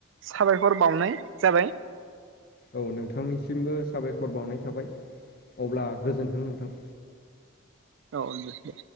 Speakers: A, on the right (about 60°); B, on the left (about 45°).
A: साबायखर बावनाय जाबाय
B: औ नोंथांनिसिमबो साबायखर बावनाय थाबाय अब्ला गोजोन्थों नोंथां
A: औ दे दे